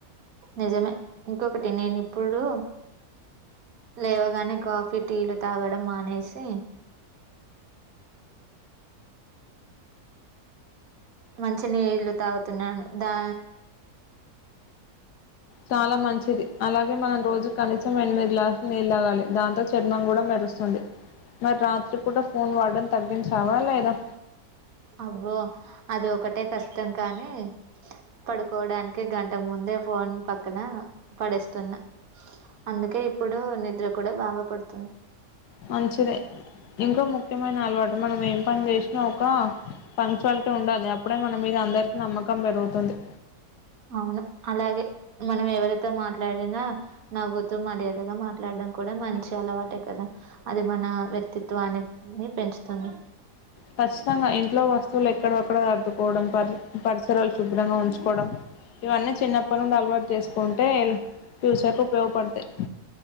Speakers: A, on the right; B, on the left.
A: నిజమే ఇంకొకటి నేను ఇప్పుడు లేవగానే కాఫీ టీలు తాగడం మానేసి మంచినీళ్ళు తాగుతున్నాను దా
B: చాలా మంచిది అలాగే మనం రోజు కనీసం ఎనిమిది గ్లాసులు నీళ్ళు తాగాలి దాంతో చర్మం కూడా మెరుస్తుంది మరి రాత్రి పూట ఫోన్ వాడటం తగ్గించావా లేదా
A: అబ్బో అది ఒకటే కష్టం కానీ పడుకోవడానికి గంట ముందే ఫోన్ పక్కన పడేస్తున్నా అందుకే ఇప్పుడు నిద్ర కూడా బాగా పడుతుంది
B: మంచిదే ఇంకో ముఖ్యమైన అలవాటు మనం ఏం పని చేసినా ఒక ఫంక్చువాలిటీ ఉండాలి అప్పుడే మనం మీద అందరికీ నమ్మక కం పెరుగుతుంది
A: అవును అలాగే మనం ఎవరితో మాట్లాడినా నవ్వుతూ మర్యాదగా మాట్లాడడం కూడా మంచి అలవాటే కదా అది మన వ్యక్తిత్వాన్ని పెంచుతుంది
B: ఖచ్చితంగా ఇంట్లో వస్తువులు ఎక్కడివక్కడ సర్దుకోవడం పరి పరిసరాలు శుభ్రంగా ఉంచుకోవడం ఇవన్నీ చిన్నప్పడి నుండి అలవాటు చేసుకుంటే ఫ్యూచర్ లో ఉపయోగపడతాయి ఉపయోగపడతాయి